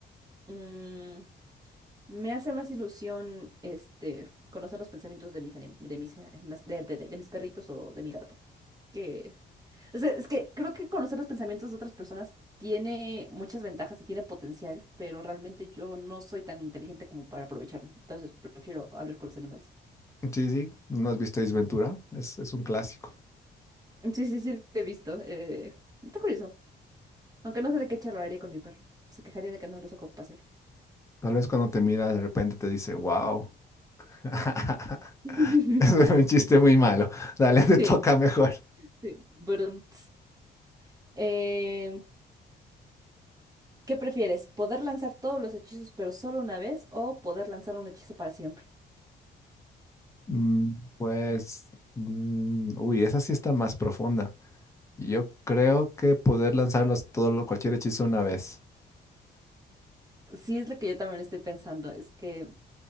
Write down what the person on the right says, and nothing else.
Mm, me hace más ilusión este conocer los pensamientos de mis anim- de mis, eh, más- de, de- de- de mis perritos o de mi gato. que Es, que, es que creo que conocer los pensamientos de otras personas tiene muchas ventajas y tiene potencial, pero realmente yo no soy tan inteligente como para aprovecharlo. Entonces prefiero hablar con los animales.
Sí, sí, sí, lo he visto. eh, está curioso. Aunque no sé de qué charlaría con mi perro. Se quejaría de que no lo saco a pasear.
<laughs>
No es.
Sí,
sí. Brum, ts. Eh, ¿qué prefieres? ¿Poder lanzar todos los hechizos, pero solo una vez, o poder lanzar un hechizo para siempre?
Sí, es lo que yo también estoy pensando. Es que